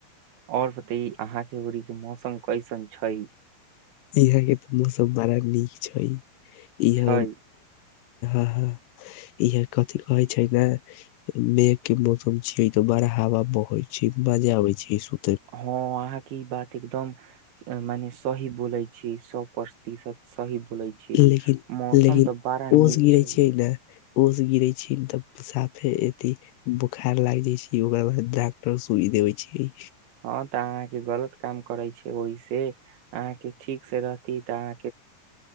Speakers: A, on the right (about 90°); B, on the left (about 80°).
A: और बतय अहाँके उड़ीक के मौसम कैसन छै
B: यहाँ के तऽ मौसम बड़ा नीक छै यहाँ
A: छै
B: हँ हँ इहे कथी कहे छै ने मेघ के मौसम छिय तो बड़ा हवा बहै छै बाजे आबै छै ई सु
A: हँ अहाँके ई बात एकदम मने सही बोलै छी सौ प्रतिशत सही बोलै छियै
B: लेकिन
A: मौसम
B: लेकिन
A: तऽ बड़ा
B: ओस
A: नीक
B: गिरे
A: छै
B: ने ओस गिरे छी तब साफे एथि बोखार लाग जाय छै ओकर बाद डॉक्टर सु देवइ छै
A: हँ तऽ अहाँके गलत काम करै छै ओहि से अहाँके ठीक से रहती तऽ अहाँ